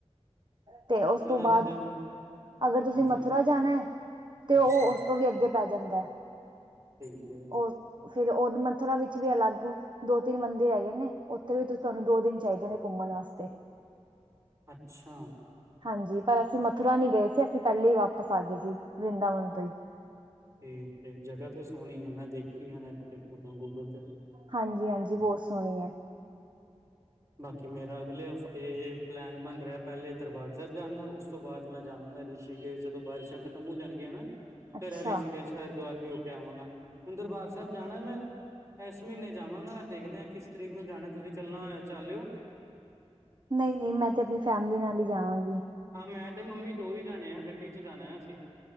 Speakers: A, on the right (about 45°); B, on the right (about 25°).
A: ਤੇ ਉਸ
B: ਫਿਲਹਾਲ
A: ਤੋਂ ਬਾਅਦ,
B: ਤੇ ਮੈਂ
A: ਅਗਰ ਤੁਸੀਂ
B: ਹਾਂਜੀ
A: ਮਥੁਰਾ ਜਾਣਾ, ਤੇ
B: ਅੱਛਾ
A: ਉਹ ਉਸ ਤੋਂ ਵੀ ਅੱਗੇ ਪੈ ਜਾਂਦਾ।
B: ਠੀਕ ਜੀ।
A: ਉਹ ਫਿਰ ਉਹ ਮੱਥਰਾ ਵਿੱਚ ਵੀ ਅਲੱਗ ਦੋ ਤਿੰਨ ਮੰਦਿਰ ਹੈਗੇ ਨੇ। ਉੱਥੇ ਵੀ ਤੁ ਤੁਹਾਨੂੰ ਦੋ ਦਿਨ ਚਾਹੀਦੇ ਨੇ ਘੁੰਮਣ ਵਾਸਤੇ।
B: ਅੱਛਾ।
A: ਹਾਂਜੀ ਪਰ ਅਸੀਂ ਮਥੁਰਾ ਨੀ ਗਏ ਸੀ ਅਸੀਂ ਪਹਿਲੇ ਹੀ ਵਾਪਸ ਆ ਗਏ ਸੀ ਵਰਿੰਦਾਵਨ ਤੋਂ ਹੀ।
B: ਠੀਕ ਤੇ ਜਗ੍ਹਾ ਤੇ ਸੋਹਣੀ ਆ ਮੈਂ ਦੇਖੀ ਆ ਨੈਟ ਤੇ ਗੂਗਲ ਤੇ।
A: ਹਾਂਜੀ-ਹਾਂਜੀ ਬਹੁਤ ਸੋਹਣੀ ਹੈ।
B: ਬਾਕੀ ਮੇਰਾ ਅਗਲੇ ਹਫ਼ਤੇ ਪਲੈਨ ਬਣ ਰਿਹਾ ਪਹਿਲੇ ਦਰਬਾਰ ਸਾਹਿਬ ਜਾਦਾ ਉਸ ਤੋਂ ਬਾਅਦ ਮੈਂ ਜਾਵਾਂਗਾ ਰਿਸ਼ਕੇਸ਼ ਜਦੋ ਬਾਰਿਸ਼ਾਂ ਖਤਮ ਹੋ ਜਾਣਗੀਆ ਹਨਾ
A: ਅੱਛਾ
B: ਫੇਰ ਹ ਰਿਸ਼ਕੇਸ਼ ਹਰਿਦੁਵਾਰ ਵੀ ਹੋ ਕੇ ਆਵਾਂਗਾ ਹੁਣ ਦਰਬਾਰ ਸਾਹਿਬ ਜਾਣਾ ਮੈਂ ਇਸ ਮਹੀਨੇ ਜਾਵਾਂਗਾ ਦੇਖਦੇ ਹਾਂ ਕਿਸ ਤਰੀਕ ਨੂੰ ਜਾਣਾ ਤੁਸੀਂ ਚੱਲਣਾ ਹੋਇ ਚੱਲਿਓ।
A: ਨਹੀਂ ਨਹੀਂ ਮੈਂ ਤੇ ਆਪਣੀ ਫੈਮਲੀ ਨਾਲ ਹੀ ਜਾਵਾਂਗੀ।
B: ਹਾਂ ਮੈਂ ਤੇ ਮੰਮੀ ਦੋ ਹੀ ਜਾਣੇ ਆ ਗੱਡੀ ਚ ਜਾਣਾ ਆ ਅਸੀਂ।